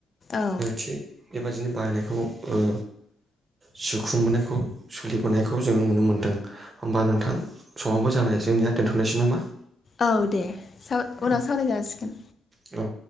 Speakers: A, on the left; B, on the right.
A: औ
B: थिग बेबादिनो बाहायनायखौ ओ जिखुं मोननायखौ सोलिबोनायखौ जोङो नुनो मोन्दों। होमबा नोंथां समाबो जानाय जोंनिया दोनथ'नायसै नामा?
A: औ दे उनाव
B: औ
A: सावराय जाासिगोन।
B: औ